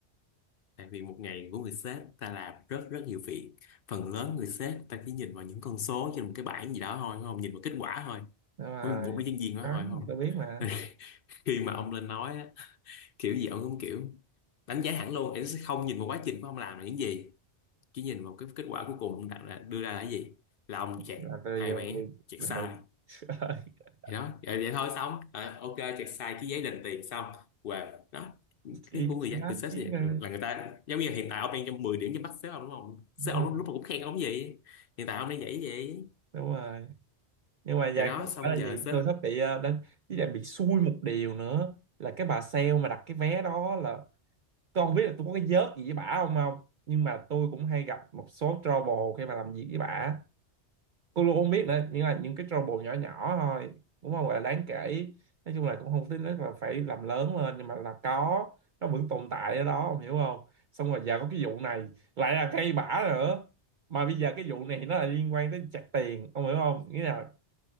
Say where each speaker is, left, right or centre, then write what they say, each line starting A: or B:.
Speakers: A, on the left (about 60°); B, on the right (about 55°).
A: Tại vì một ngày của người sếp ta làm rất rất nhiều việc. Phần lớn người sếp ta chỉ nhìn vào những con số trên một cái bảng gì đó thôi đúng không? Nhìn vào kết quả thôi.
B: đó là
A: Với một cái nhân viên đó
B: đó
A: thôi đúng
B: gì
A: không?
B: tôi biết mà
A: <laughs> Khi mà ông lên nói á, kiểu gì ông cũng kiểu đánh giá hẳn luôn. Em sẽ không nhìn vào quá trình của ông làm là những gì. Chỉ nhìn vào cái kết quả cuối cùng ông đặt ra, đưa ra là cái gì. Là ông chẹt
B: là tôi
A: hai
B: giờ
A: vé, chẹt
B: là
A: sai.
B: là- <laughs>
A: thì đó vậy, vậy thôi xong Ờ, ok chẹt sai cái giấy đền tiền xong và đó
B: chỉ
A: cái của người
B: chỉ
A: dân
B: đánh
A: từ sếp
B: chỉ
A: sẽ vậy
B: nghe.
A: là người ta giống như hiện tại ông đang cho 10 điểm cho bắt sếp ông đúng không sếp
B: đúng
A: ông lúc
B: rồi
A: lúc mà cũng khen ông vậy hiện tại ông đang vậy vậy
B: đúng rồi nhưng mà giờ
A: rồi đó
B: cũng
A: xong
B: phải là
A: giờ
B: gì
A: sếp
B: tôi sắp bị ờ, đánh với lại bị xui một điều nữa là cái bà sale mà đặt cái vé đó là tôi không biết là tôi có cái vớt gì với bả không không nhưng mà tôi cũng hay gặp một số trouble khi mà làm việc với bả cô luôn không biết nữa nhưng là những cái trouble nhỏ nhỏ thôi cũng không gọi là đáng kể nói chung là cũng không tính là phải làm lớn lên nhưng mà là có nó vẫn tồn tại ở đó ông hiểu không xong rồi giờ có cái vụ này lại là cây bả nữa mà bây giờ cái vụ này nó là liên quan tới chặt tiền ông hiểu không nghĩa là